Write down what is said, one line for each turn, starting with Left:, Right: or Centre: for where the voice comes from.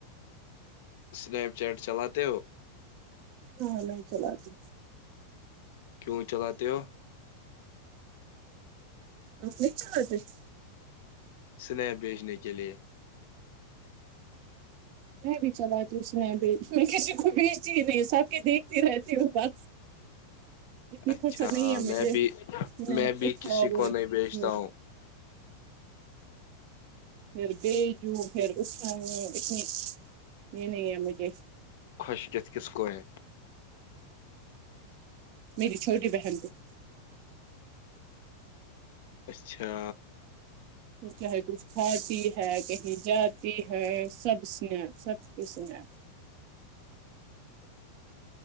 Left: سنیپ چیٹ چلاتے ہو
Right: ہاں میں چلتی
Left: کیوں چلاتے ہو؟
Right: اوکے <unintelligible> چلتے <unintelligible>
Left: سنپ بیچنے کے لیے
Right: میں بھی چلاتی ہوں اس میں بھی میں کسی کو بھیجتی ہی نہیں سب کے دیکھتی رہتی ہوں بس اتنی
Left: اچھا
Right: فرصت نہیں ہے
Left: میں
Right: مجھے
Left: بھی
Right: سنیپ
Left: میں بھی
Right: اٹھاؤ
Left: کسی
Right: پھر
Left: کو نہیں بھیجتا ہوں
Right: پھر بھیجوں پھر اٹھاوں اتنی یہ نہیں ہے مجھے <unintelligible>
Left: خوش کس کس کو ہے
Right: میری چھوٹی بہن کو <unintelligible>
Left: اچھا
Right: چاہے کچھ کھا پی ہے کہیں جاتی ہے سبس سخ کشنپ